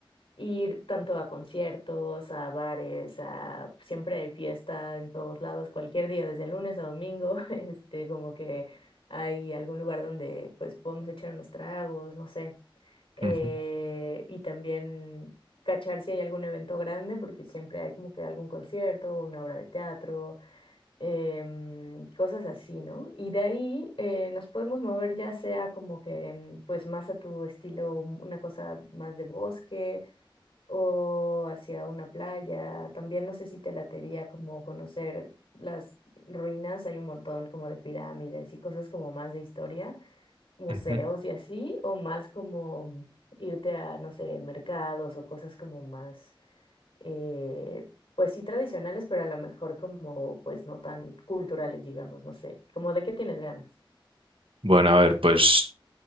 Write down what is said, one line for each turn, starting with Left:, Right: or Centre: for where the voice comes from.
Left: ir tanto a conciertos, a bares, a siempre hay fiesta en todos lados, cualquier día, desde lunes a domingo, <laughs> este, como que hay algún lugar donde pues podemos echar unos tragos, no sé. Eh,
Right: Ujú,
Left: y también cachar si hay algún evento grande, porque siempre hay como que algún concierto o una obra de teatro, em, cosas así, ¿no? Y de ahí eh, nos podemos mover ya sea como que em, pues más a tu estilo, una cosa más de bosque o hacia una playa. También no sé si te latería como conocer las ruinas, hay un montón como de pirámides y cosas como más de historia, museos
Right: ujú.
Left: y así, o más como irte a, no sé, mercados o cosas como más, eh, pues sí tradicionales, pero a lo mejor como pues no tan culturales, digamos, no sé, como de qué tienes ganas.
Right: Bueno, a ver, pues